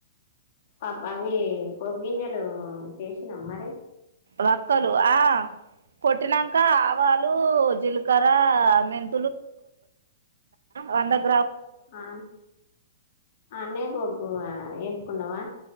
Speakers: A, on the left; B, on the right.
A: అబ్బా అవి పూపు గింజలు చే నా మర
B: వక్కలు ఆ కొట్టినంకా ఆవాలు. జీలకర్ర మెన్ వందకు
A: ఆ అన్నే పో యా ఎం కున్నావా